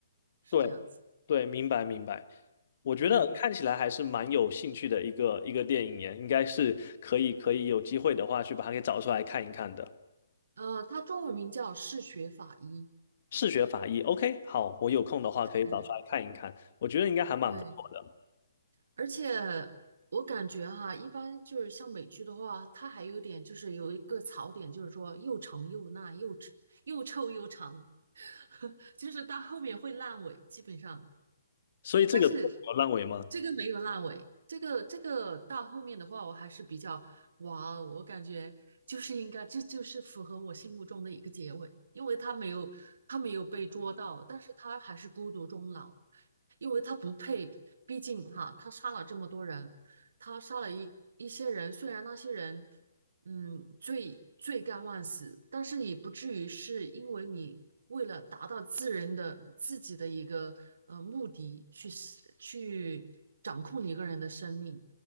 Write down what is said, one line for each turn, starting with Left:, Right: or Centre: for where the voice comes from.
Right: 是这样子。
Left: 对对，明白明白。我觉得看起来还是蛮有兴趣的一个一个电影耶，
Right: 嗯，
Left: 应该是可以可以有机会的话去把它给找出来看一看的。
Right: 呃，他中文名叫嗜血法医。
Left: 视觉法医，OK，好，我有空的话可以找出来看一看，
Right: 嗯，
Left: 我觉得应该还蛮不错的。
Right: 对，而且我感觉哈，一般就是像美剧的话，它还有点就是有一个槽点，就是说又长又烂，又吃又臭又长，<laughs> 就是到后面会烂尾，基本上，
Left: 所以这个我认为吗？
Right: 但是这个没有烂尾，这个这个到后面的话，我还是比较哇哦，我感觉就是应该，这就是符合我心目中的一个结尾，因为他没有他没有被捉到，但是他还是孤独终老，因为他不配，毕竟哈，他杀了这么多人，他杀了一一些人，虽然那些人嗯，罪罪该万死，但是也不至于是因为你为了达到自人的自己的一个呃目的去死去掌控一个人的生命，